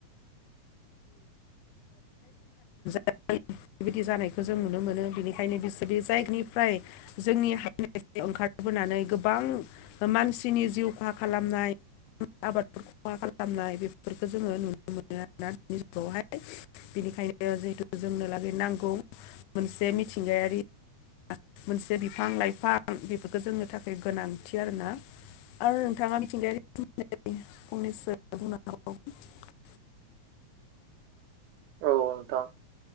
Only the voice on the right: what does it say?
<unintelligible> औ नोंथां